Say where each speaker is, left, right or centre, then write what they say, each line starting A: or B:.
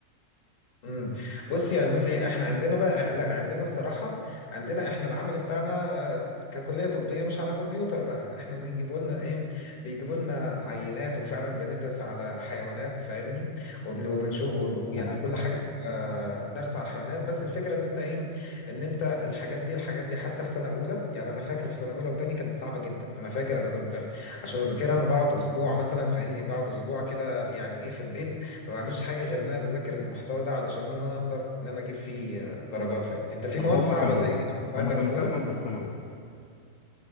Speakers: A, on the left (about 45°); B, on the left (about 70°).
A: امم بص يعني بص ايه احنا عندنا بقى لا عندنا الصراحه عندنا احنا العمل بتاعنا آه، ككليه طبيه مش على كمبيوتر بقى احنا بيجيبوا لنا ايه بيجيبوا لنا عينات وفعلا بندرس على حيوانات فاهمني وبن- وبنشوف وب- ويعني
B: تمام
A: كل حاجه بتبقى درس على حيوانات بس الفكره ان انت ايه ان انت الحاجات دي الحاجات دي حتى في سنه اولى يعني انا فاكر في سنه اولى وتاني كانت صعبه جدا انا فاكر انا كنت عشان اذاكرها انا بقعد اسبوع مثلا فاهمني بقعد اسبوع كده يعني ايه في البيت لو ما بعملش حاجه غير ان انا بذاكر المحتوى ده علشان ان انا اقدر ان انا اجيب فيه آه، درجات فيه انت في
B: طب
A: مواد
B: هما
A: صعبه
B: كانوا
A: زي كده كنت
B: هما
A: عندك
B: كانوا
A: في اولى
B: كام ماده في سنه اولى